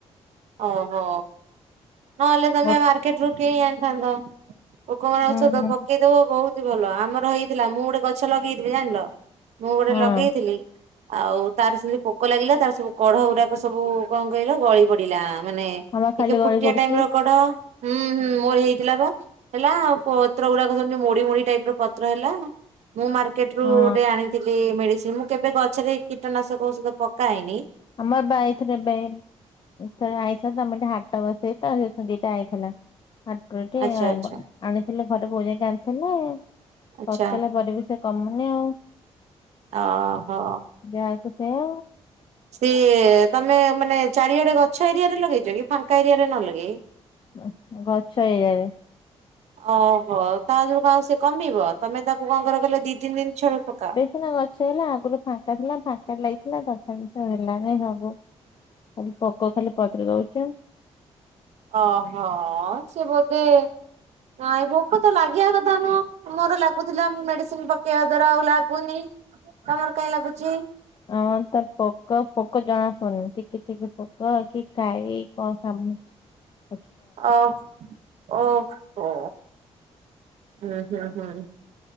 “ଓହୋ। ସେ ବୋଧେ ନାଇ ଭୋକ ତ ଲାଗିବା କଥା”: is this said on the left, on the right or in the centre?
Right